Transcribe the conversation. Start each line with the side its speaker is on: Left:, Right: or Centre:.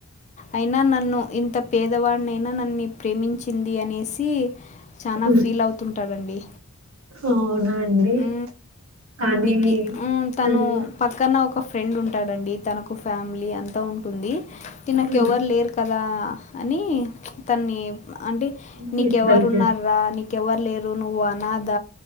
Left: అయినా నన్ను ఇంత పేదవాడినైనా నన్ని ప్రేమించ్ ది అనేసి చానా
Right: హ్మ్.
Left: ఫీల్ అవుతుంటాడండి
Right: అవునండి.
Left: ఉ
Right: కానీ
Left: నికి ఉ తను
Right: హ్మ్.
Left: పక్కన ఒక ఫె ఫ్రెండ్ ఉంటాడండి తనకు ఫ్యామిలీ అంతా ఉంటుంది తినకు
Right: హ్మ్.
Left: ఎవరు లేరు కదా అని తన్ని అంటే
Right: హ్మ్.
Left: నీకెవరు
Right: హ్మ్.
Left: ఉన్నారా నీ ఇంక ఎవరు లేరు నువ్వు అనాథ